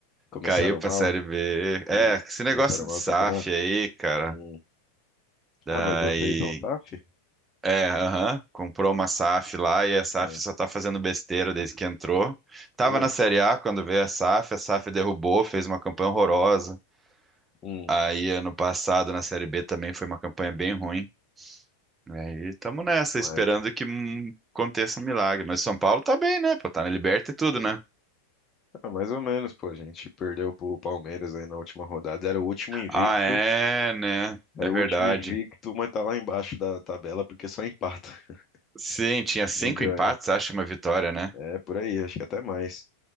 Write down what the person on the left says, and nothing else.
Começaram
mal?
E
começaram mal
o campeonato?
Hum.
Ah, mas vocês são SAF?
Ah,
putz.
Hum.
Mas,
cara, mais ou menos, pô, a gente perdeu pro Palmeiras aí na última rodada. Era o último invicto,
era
o último invicto, mas tá lá embaixo da tabela porque só empata, <laughs>
não ganha.
É por aí, acho que até mais.